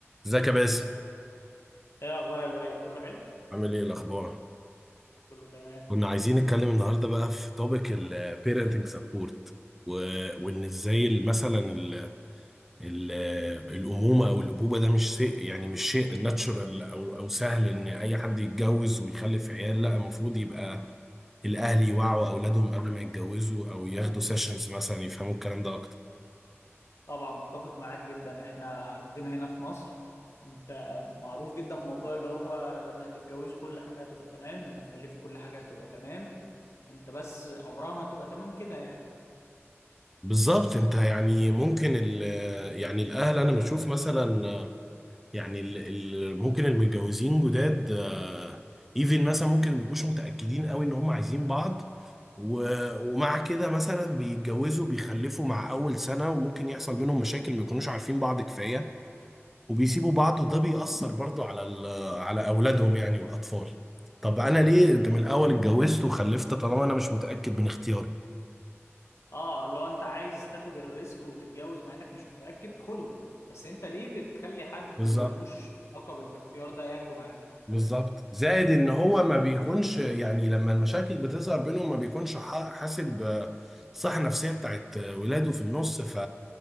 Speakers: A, in the centre; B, on the left (about 80°).
A: ازيك يا باسم
B: ايه الاخبار يا لؤي كله حلو
A: عامل ايه الاخبار
B: كله تمام
A: كنا عايزين نتكلم النهارده بقى في توبيك البيرنتنج سبورت وان ازاي ال- مثلا ال ال الامومه او الابوبه ده مش شيء يعني مش شيء ناتشورال او او سهل ان اي حد يتجوز ويخلف عيال لا المفروض يبقى الاهل يوعوا اولادهم قبل ما يتجوزوا او ياخدوا سيشنز مثلا يفهموا الكلام ده اكتر
B: طبعا متفق معاك جدا احنا عندنا هنا في مصر انت معروف جدا موضوع اللي هو لما هتتجوزوا كل حاجه هتبقى تمام لما تخلفوا كل حاجه هتبقى تمام انت بس عمرها ما هتبقى تمام كده يعني
A: بالظبط انت يعني ممكن ال يعني الاهل انا بشوف مثلا يعني ال- ال- ممكن المتجوزين جداد ايفن مثلا ممكن ما بيبقوش متأكدين قوي ان هم عايزين بعض و- ومع كده مثلا بيتجوزوا بيخلفوا مع اول سنة وممكن يحصل بينهم مشاكل ما يكونوش عارفين بعض كفاية وبيسيبوا بعض وده بيأثر برضه على ال- على اولادهم يعني والاطفال طب انا ليه من الاول اتجوزت وخلفت طالما انا مش متأكد من اختياري
B: اه لو انت عايز تاخد الريسك وتتجوز مع انك مش متاكد خده بس انت ليه بتخلي حد
A: بالظبط
B: ملوش علاقه بالاختيار ده ياخده معاك
A: بالظبط زائد ان هو ما بيكونش يعني لما المشاكل بتظهر بينهم ما بيكونش ح- حاسب آه، الصحة النفسية بتاعت آه، ولاده في النص ف